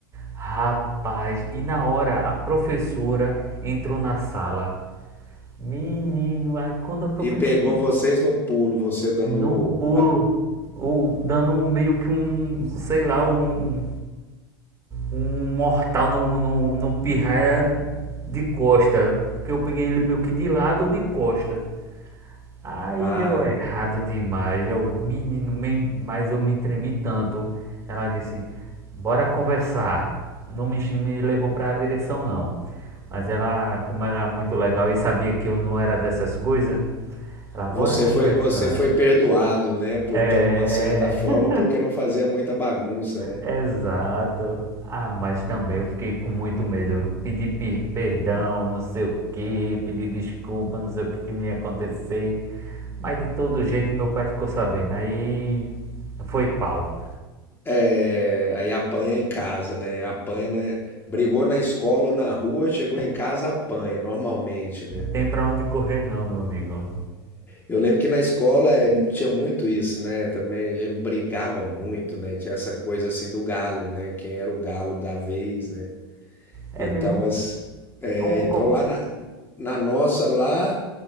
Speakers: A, on the right (about 25°); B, on the left (about 20°).
A: Rapaz, e na hora a professora entrou na sala. Menino, aí quando a professora
B: E pegou vocês no pulo, você dando
A: no pulo,
B: a,
A: ou dando um- meio que um, sei lá, um, um mortal no, no, no pirraia de costa. Porque eu peguei ele meio que de lado ou de costa. Aí
B: a-
A: deu errado demais. Eu, menino, me- mas eu me tremi tanto. Ela disse: Bora conversar. Não me, ch- me levou para a direção, não. Mas ela, como era muito legal e sabia que eu não era dessas coisas, ela, bora
B: você
A: conversar.
B: foi você foi perdoado, né, por
A: É.
B: de alguma certa forma,
A: é, é.
B: porque não fazia muita bagunça, né?
A: Exato. Ah, mas também eu fiquei com muito medo. Pedir per- perdão, não sei o que, pedir desculpa, não sei o que que não ia acontecer. Mas de todo jeito meu pai ficou sabendo. Aí foi pau.
B: É, aí apanha em casa, né? Apanha na, brigou na escola ou na rua, chegou em casa, apanha, normalmente, né?
A: Tem pra onde correr não, meu amigo.
B: Eu lembro que na escola é, tinha muito isso, né? Também a gente brigava muito, né? Tinha essa coisa assim do galo, né? Quem era o galo da vez, né?
A: É
B: Então,
A: mesmo?
B: as, é,
A: Com,
B: então
A: com...
B: lá na, na nossa lá